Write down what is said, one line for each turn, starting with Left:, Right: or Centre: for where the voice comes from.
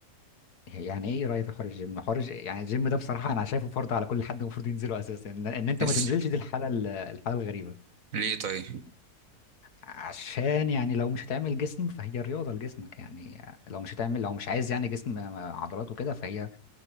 Left: يعني ايه رايك في حوار الجيم حوار الج- يعني الجيم ده بصراحه انا شايفه فرض على كل حد المفروض ينزله اساسا ان إن انت
Right: إز...
Left: ما تنزلش دي الحاله ال- الحاله الغريبه
Right: ليه طيب
Left: عشان يعني لو مش هتعمل جسم فهي الرياضه لجسمك يعني لو مش هتعمل لو مش عايز يعني جسم عضلات وكده فهي